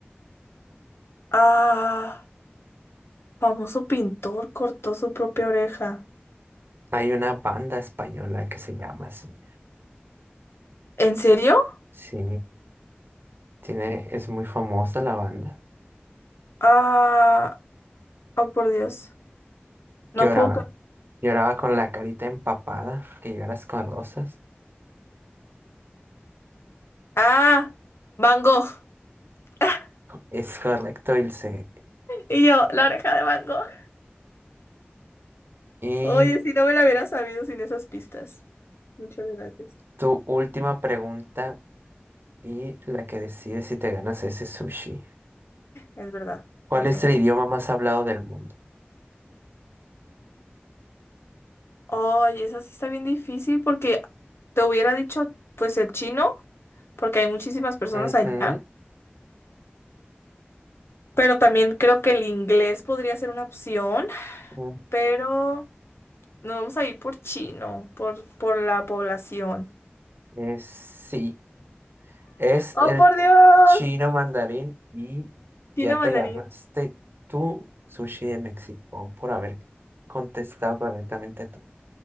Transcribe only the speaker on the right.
Hay una banda española que se llama así.
Sí, tiene, es muy famosa la banda.
Lloraba,
lloraba con la carita empapada, que llegaras con rosas.
Es correcto, Ilse.
Y
tu última pregunta y la que decide si te ganas ese sushi.
¿Cuál
es
el idioma más hablado del mundo?
Ujú.
Mm,
eh, sí, es
el
chino mandarín y ya
te ganaste tu sushi de México por haber contestado correctamente tú.